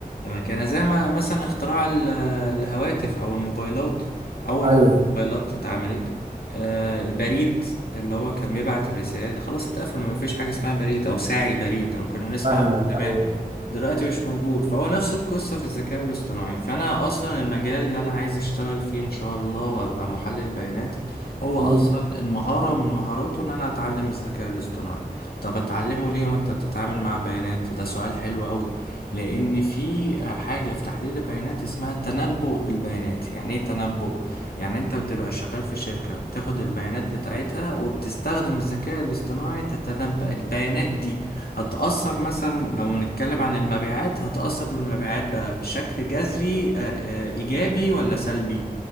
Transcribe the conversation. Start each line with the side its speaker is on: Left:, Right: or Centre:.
Left: مكانة زي ما مثلا اختراع ال- آه، الهواتف أو الموبايلات أول
Right: ايوه
Left: لما الموبايلات اتعملت آه، البريد اللي هو كان بيبعت الرسائل خلاص اتقفل ما فيش حاجة اسمها بريد أو ساعي بريد أنا كنا بنسمع
Right: فاهمك
Left: عنه زمان
Right: ايوه
Left: دلوقتي مش موجود فهو نفس القصة في الذكاء الاصطناعي فأنا أصلا المجال اللي أنا عايز أشتغل فيه إن شاء الله وأبقى محلل بيانات هو
Right: مم،
Left: أصلا المهارة من مهاراته إن أنا أتعلم الذكاء الاصطناعي طب أتعلمه ليه وأنت بتتعامل مع بيانات ده سؤال حلو أوي لأن في حاجة في تحليل البيانات اسمها التنبؤ بالبيانات يعني إيه تنبؤ؟ يعني أنت بتبقى شغال في شركة بتاخد البيانات بتاعتها وبتستخدم الذكاء الاصطناعي تتنبأ البيانات دي هتأثر مثلا لو نتكلم عن المبيعات هتأثر بالمبيعات بقى بشكل جذري آه، آه، إيجابي ولا سلبي؟